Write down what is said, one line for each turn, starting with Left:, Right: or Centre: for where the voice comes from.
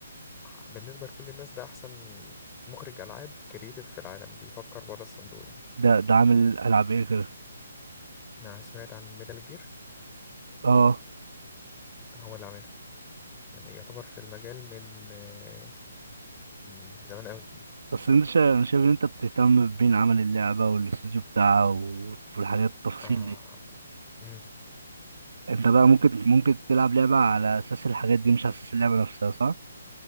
Left: ح- بالنسبة لكل الناس ده أحسن مخرج ألعاب كرييتيف في العالم بيفكر بره الصندوق يعني
Right: ده ده عامل العاب ايه غير
Left: أنا سمعت عن ميتال جير
Right: اه
Left: هو اللي عاملها يعني يعتبر في المجال من آه، من زمان قوي
Right: بس انت شا... انا شايف ان انت بتهتم بمين عمل اللعبه والاستوديو بتاعها و- والحاجات التفاصيل
Left: اه
Right: دي
Left: امم
Right: انت بقى ممكن ممكن تلعب لعبه على اساس الحاجات دي مش على اساس اللعبه نفسها صح